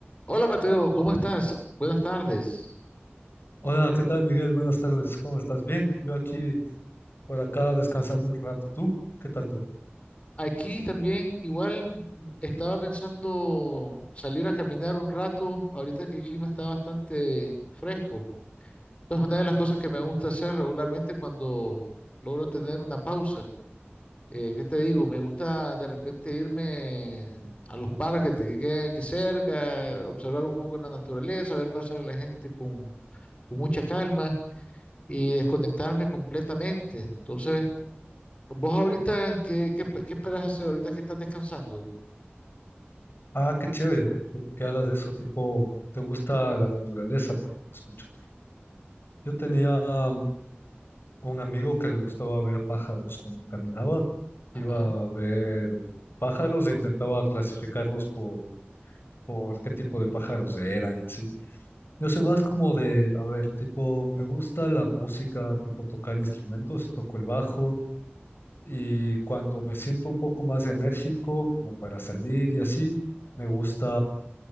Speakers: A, on the left; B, on the left.
A: Hola Mateo, ¿cómo estás? Buenas tardes.
B: Hola, ¿qué tal, Miguel? Buenas tardes, ¿cómo estás? Bien, yo aquí por acá descansando un rato. ¿Tú? ¿Qué tal tú?
A: Aquí también igual estaba pensando salir a caminar un rato, ahorita que el clima está bastante fresco. Es una de las cosas que me gusta hacer regularmente cuando logro tener una pausa. Eh, ¿qué te digo? Me gusta de repente irme a los parques que te- que quedan aquí cerca, observar un poco la naturaleza, ver pasar a la gente con, con mucha calma y desconectarme completamente. Entonces... Vos ahorita, ¿qué, qué, qué esperas hacer ahorita que estás descansando?
B: Ah, qué chévere que, que hagas eso, tipo, te gusta la naturaleza, por lo que escucho. Yo tenía um, un amigo que le gustaba ver pájaros cuando caminaba,
A: Ajá.
B: iba a ver pájaros e intentaba clasificarlos por, por qué tipo de pájaros eran, ¿sí? Yo soy más como de, a ver, tipo, me gusta la música, tipo tocar instrumentos, toco el bajo Y cuando me siento un poco más enérgico, como para salir y así, me gusta,